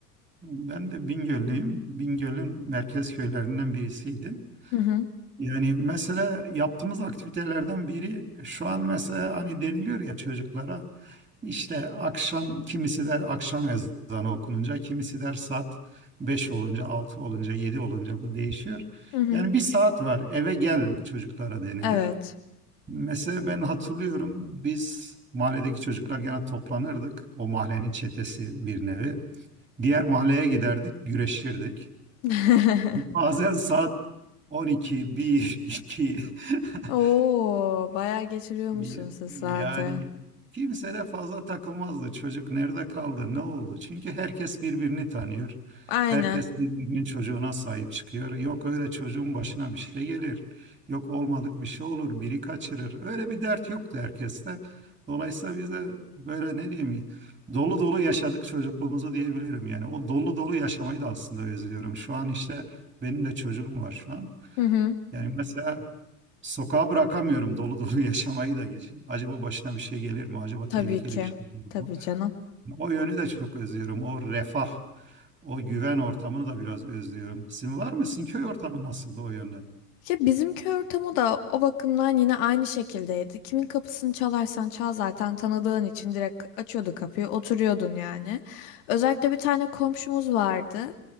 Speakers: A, on the right; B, on the left.
A: Ben de Bingöl'lüyüm. Bingöl'ün merkez köylerinden birisiydi.
B: Hı hı.
A: Yani mesela yaptığımız aktivitelerden biri şu an mesela hani deniliyor ya çocuklara işte akşam kimisi der akşam ezanı okununca kimisi der saat 5 olunca 6 olunca 7 olunca bu değişiyor.
B: Hı hı.
A: Yani bir saat var eve gel çocuklara denilir.
B: Evet.
A: Mesela ben hatırlıyorum biz mahalledeki çocuklar gene toplanırdık. O mahallenin çetesi bir nevi. Diğer mahalleye giderdik, güreşirdik.
B: <laughs>
A: Bazen saat 12, 1, 2 <laughs>
B: Oo, bayağı geçiriyormuşsun
A: Ya-
B: sizlerde.
A: Yani kimse de fazla takılmazdı. Çocuk nerede kaldı, ne oldu? Çünkü herkes birbirini tanıyor.
B: Aynen.
A: Herkes birbirinin çocuğuna sahip çıkıyor. Yok öyle çocuğun başına bir şey gelir. Yok olmadık bir şey olur, biri kaçırır. Öyle bir dert yoktu herkeste. Dolayısıyla biz de böyle ne diyeyim, dolu dolu yaşadık çocukluğumuzu diyebilirim. Yani o dolu dolu yaşamayı da aslında özlüyorum. Şu an işte benim de çocuğum var şu an.
B: Hı hı.
A: Yani mesela sokağa bırakamıyorum dolu dolu <laughs> yaşamayı da geçin. Acaba başına bir şey gelir mi? Acaba
B: Tabii
A: tehlikeli
B: ki.
A: bir şey olur
B: Tabii
A: mu?
B: canım.
A: Yani O yönü de çok özlüyorum. O refah, o güven ortamını da biraz özlüyorum. Sizin var mı? Sizin köy ortamı nasıldı o yönde?
B: Ya bizimki ortamı da o bakımdan yine aynı şekildeydi. Kimin kapısını çalarsan çal zaten tanıdığın için direkt açıyordu kapıyı, oturuyordun yani. Özellikle bir tane komşumuz vardı.